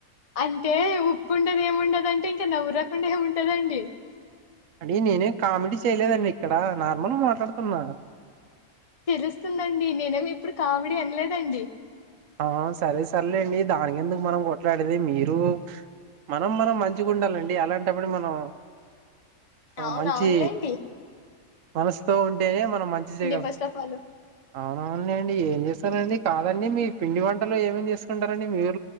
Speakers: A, on the left; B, on the right.
A: అంటే ఉప్పు ఉండదేముండదంటే ఇంకా నవ్వు రాకుండా ఏముంటదండి
B: అండి నేనేం కామెడీ చేయలేదండి ఇక్కడ నార్మల్ మాట్లాడుతున్నా
A: తెలుస్తుందండి నేనేమి ఇప్పుడు కామిడి అనలేదండి
B: ఆ సరే సర్లేండి దానికి ఎందుకు మనం కొట్లాడేది మీరు మనం మనం మంచిగా ఉండాలండి అలాంటప్పుడు మనం ఓ
A: అవున
B: మంచి
A: అవును లేండి
B: మనసుతో ఉంటేనే మనం మంచి చేయగలం
A: ఫస్ట్ ఆఫ్ ఆల్
B: అవునవు లేండి ఏం చేస్తారండి కాదండి మీ పిండి వంటలు ఏమేమి చేసుకుంటారండి మీరు